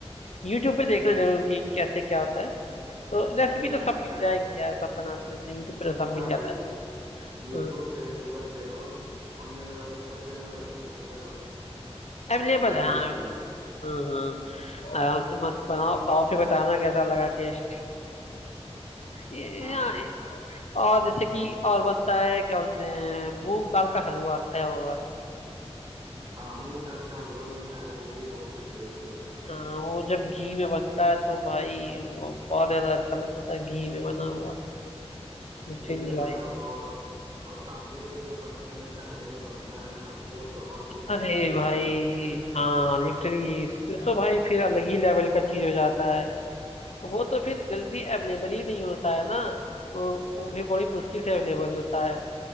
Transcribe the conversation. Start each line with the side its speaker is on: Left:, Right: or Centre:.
Left: यूट्यूब पे देखना जरूर कि कैसे क्या होता है तो रेसिपी
Right: हाँ
Left: तो सब मिल
Right: मैं
Left: जाएगी यार सब बनाते रहते हैं यूट्यूब पे तो सब मिल
Right: हाँ
Left: जाता
Right: भाई
Left: है
Right: यूट्यूब
Left: हाँ।
Right: पे गूगल पे ऑल ऑल जगह सब जगह लगभग
Left: अवेलेबल
Right: रेसिपी
Left: है हाँ
Right: उपलब्ध है
Left: हाँ
Right: यार
Left: हाँ, आराम से मस्त बनाओ खाओ फिर बताना कैसा लगा टेस्ट ये-
Right: हाँ
Left: हाँ,
Right: भाई
Left: और जैसे कि और बनता है क्या बोलते हैं मूंग दाल का हलवा खाया होगा
Right: हाँ मूंग दाल का हलवा भी खाया वो भी बहुत टेस्टी होता है
Left: हाँ वो जब घी में बनता है तो भाई वो और ज्यादा अच्छा लगता है घी में बना हुआ लिटरली
Right: घी में
Left: भाई
Right: बना हुआ और और तांबे के जो बर्तन में कढ़ाई में बनता है ना वो तो और टेस्टी
Left: अरे
Right: टेस्ट
Left: भाई
Right: बढ़ा देता है यार
Left: हाँ
Right: भाई
Left: लिटरली इसके तो भाई फिर अलग ही लेवल का चीज हो जाता है वो तो फिर जल्दी अवेलेबल ही नहीं होता है ना वो वो भी बड़ी मुश्किल से अवेलेबल होता है